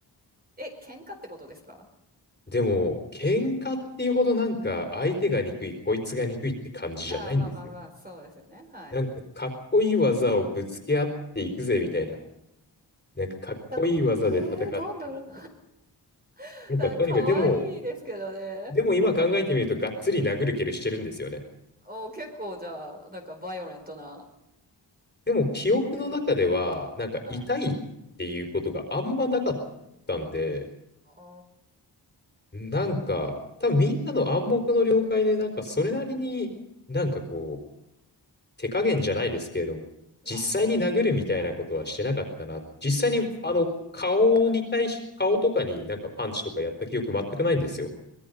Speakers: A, on the right; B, on the left.
A: え、喧嘩ってことですか？
B: でも、喧嘩っていうほどなんか、相手が憎い、こいつが憎いって感じじゃないんですよ。
A: ああ、まあまあまあ、そうですよね、はい。
B: なんかかっこいい技をぶつけ合っていくぜみたいな。なんかかっこいい技で戦って。
A: だええ、なんだろう。<laughs>
B: なんかとにかく、
A: なん可愛いですけどね。
B: でも、でも今考えてみるとがっつり殴る蹴るしてるんですよね。
A: おお、結構じゃあ、なんかバイオレントな
B: でも記憶の中では、
A: へえ、
B: なんか痛いっていうことがあんまなかったんで、
A: はい。あ
B: なんか多分みんなの暗黙の了解でなんかそれなりになんかこ手加減じゃないですけれども、実際に殴るみたいなことはしてなかったな。
A: あ、まあ、そうですよね。はいはい。
B: 実際に、
A: 別に
B: あの、顔に対し、
A: はい。
B: 顔とかになんかパンチとかやった記憶全くないんですよ。